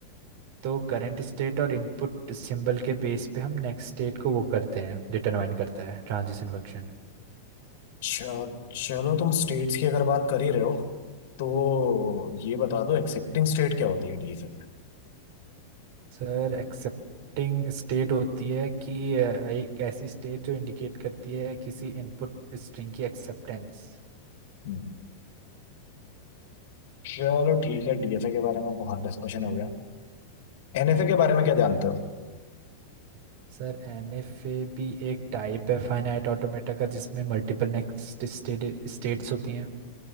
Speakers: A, on the right (about 50°); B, on the left (about 55°).
A: तो करंट स्टेट और इनपुट सिंबल के बेस पे हम नेक्स्ट स्टेट को वो करते हैं डिटरमाइन करता है transition function
B: चल- चलो तुम स्टेट्स की अगर बात कर ही रहे हो तो ये बता दो एक्सेप्टिंग स्टेट क्या होती है डीएफए में
A: Sir accepting state होती है कि अ, एक ऐसी स्टेट जो इंडिकेट करती है किसी इनपुट स्ट्रिंग की एक्सेप्टेंस
B: हम्म। चलो ठीक है डीएफए के बारे में बहुत डिस्कशन हो गया एनएफए के बारे में क्या जानते हो
A: सर एनएफए भी एक टाइप है फाइनाइट ऑटोमेटा का जिसमें मल्टीपल नेक्स्ट स्टेट्स होती हैं